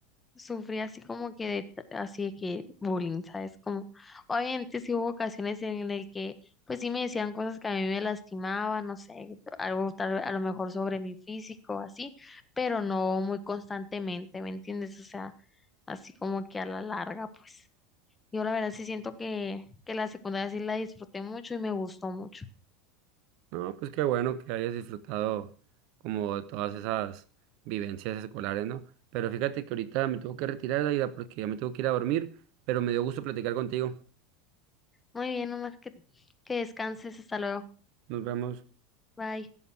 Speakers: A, on the left; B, on the right.
A: sufrí así como que de, t- así de que bullying, ¿sabes? Como, obviamente sí hubo ocasiones en el que, pues sí me decían cosas que a mí me lastimaban, no sé, algo tal, a lo mejor sobre mi físico, así, pero no muy constantemente, ¿me entiendes? O sea, así como que a la larga, pues. Yo la verdad sí siento que, que la secundaria sí la disfruté mucho y me gustó mucho.
B: No, pues qué bueno que hayas disfrutado como todas esas vivencias escolares, ¿no? Pero fíjate que ahorita me tengo que retirar, Daida, porque ya me tengo que ir a dormir, pero me dio gusto platicar contigo.
A: Muy bien, Omar, que, que descanses, hasta luego.
B: Nos vemos.
A: Bye.